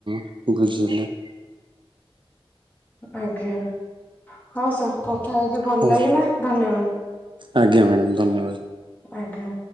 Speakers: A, on the right (about 55°); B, on the left (about 15°).
A: ହୁଁ ବୁଝିହେଲା।
B: ଆଜ୍ଞା। ହଁ ସାର୍ କଥା ହେଇକି ଭଲ
A: ହଉ
B: ଲାଗିଲା ଧନ୍ୟବାଦ।
A: ଆଜ୍ଞା ମ୍ୟାଡାମ ଧନ୍ୟବାଦ।
B: ଆଜ୍ଞା।